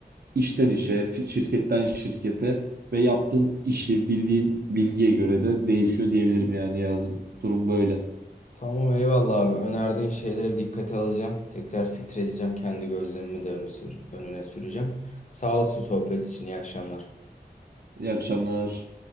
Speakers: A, on the right (about 70°); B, on the left (about 45°).
A: işten işe, fi- şirketten şirkete ve yaptığın işi bildiğin bilgiye göre de değişiyor diyebilirim yani yazım. Durum böyle.
B: Tamam eyvallah abi. Önerdiğin şeylere bir dikkate alacağım. Tekrar filtreleyeceğim. Kendi gözlemimi de öne, sür- önüne süreceğim. Sağ olasın sohbet için. İyi akşamlar.
A: İyi akşamlar.